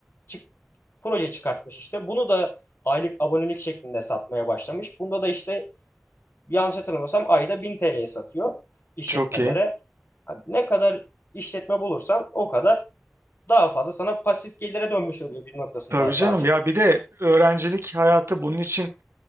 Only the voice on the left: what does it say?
çık- proje çıkartmış işte. Bunu da aylık abonelik şeklinde satmaya başlamış. Bunda da işte yanlış hatırlamıyorsam ayda 1000 TL'ye satıyor işletmelere.
Yani ne kadar işletme bulursan o kadar daha fazla sana pasif gelire dönmüş oluyor bir noktasında
daha çok.